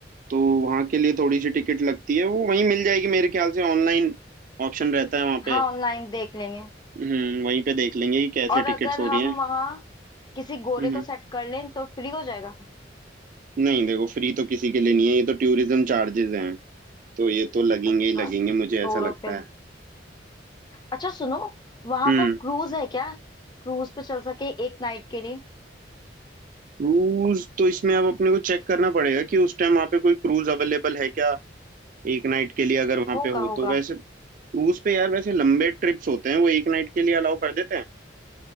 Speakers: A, on the right; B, on the left.
A: तो वहाँ के लिए थोड़ी सी टिकट लगती है वो वहीं मिल जाएगी मेरे ख्याल से ऑनलाइन ऑप्शन रहता है वहाँ
B: हाँ
A: पे
B: ऑनलाइन देख लेंगे
A: हम्म वहीं पे देख लेंगे कि कैसे
B: और अगर
A: टिकट्स हो
B: हम
A: रही हैं
B: वहाँ किसी गोरे
A: हम्म
B: को सेट कर लें तो फ्री हो जाएगा
A: नहीं देखो फ्री तो किसी के लिए नहीं है ये तो टूरिज्म चार्जेस हैं तो ये तो लगेंगे
B: अच्छा
A: ही लगेंगे
B: छोड़ो
A: मुझे ऐसा लगता
B: फिर
A: है
B: अच्छा सुनो वहां
A: हम्म
B: पर क्रूज है क्या क्रूज पे चल सके एक नाइट के लिए
A: क्रूज तो इसमें अब अपने को चेक करना पड़ेगा कि उस टाइम वहाँ पे कोई क्रूज अवेलेबल है क्या एक नाइट के लिए अगर वहाँ
B: होगा
A: पे हो
B: होगा
A: तो वैसे क्रूज पे यार वैसे लंबे ट्रिप्स होते हैं वो एक नाइट के लिए अलाउ कर देते हैं